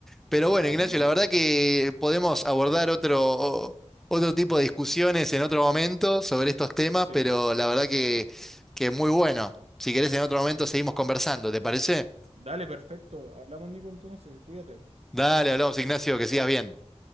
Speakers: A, in the centre; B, on the right.
A: Pero
B: Totalmente.
A: bueno, Ignacio, la verdad que podemos abordar otro, otro tipo de discusiones en otro momento sobre estos temas,
B: Sí.
A: pero la verdad que, que muy bueno. Si querés, en otro momento seguimos conversando, ¿te parece?
B: Dale, perfecto. Hablamos, Nico, entonces. Cuídate.
A: Dale, hablamos, Ignacio, que sigas bien.